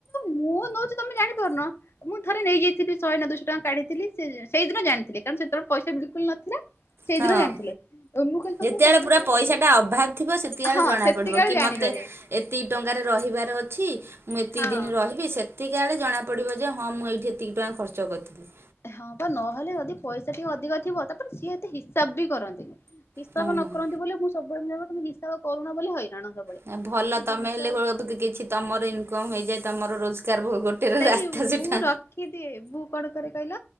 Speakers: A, on the left; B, on the right.
A: ମୁଁ ନଉଛି ତମେ ଜାଣିପାରୁନ ମୁଁ ଥରେ ନେଇଯାଇଥିଲି ଶହେ ନା ଦୁଇଶ ଟଙ୍କା କାଢିଥିଲି ସେଇଦିନ ଜାଣି କାରଣ ସେତେବେଳେ ପଇସା ବିଲକୁଲ ନଥିଲା ସେଇଦିନ
B: ହଁ।
A: ଜାଣିଥିଲେ। ମୁଁ କହିଲି ତମକୁ
B: ଯେତେବେଳେ
A: ପକେଟରେ
B: ପୁରା ପଇସା ଟା ଅଭାବ ଥିବ ସେତିକିବେଳେ
A: ହଁ
B: ଜଣାପଡିବ
A: ସେତିକାଳେ
B: କି
A: ଜାଣିପାରେ
B: ମତେ ଏତିକି ଟଙ୍କାରେ ର ରହିବାର ଅଛି ମୁଁ ଏତିକି
A: ହଁ
B: ଦିନ ରହିବି ସେତିକିଆଳେ ଜଣାପଡ଼ିବ ଯେ ହଁ ମୁଁ ଏଇଠି ଏତିକି ଟଙ୍କା ଖର୍ଚ୍ଚ କରିଥିଲି।
A: ହଁ ବା ନହେଲେ ଯଦି ପଇସା ଟିକେ ଅଧିକ ଥିବ ତାପରେ ସିଏ ଏତେ ହିସାବ ବି କରନ୍ତିନି। ହିସାବ
B: ହଁ
A: ନ କରନ୍ତି ବୋଲି ମୁଁ ସବୁଳେ ତମେ ହିସାବ କରୁନ ବୋଲି ହ ରାଣ ହବ ହେ
B: ହଁ ଭଲ
A: ଯଦି ଜିନିଷ
B: ତମେ ହେଲେ କିଛି ତମର ଇନକମ୍ ହେଇଯାଏ ତମର ରୋଜଗାର ଗୋଟେର
A: ଏଇ
B: ରାସ୍ତା
A: ମୁଁ
B: ସେଟା
A: ରଖିଦିଏ ମୁଁ କଣ କରେ କହିଲ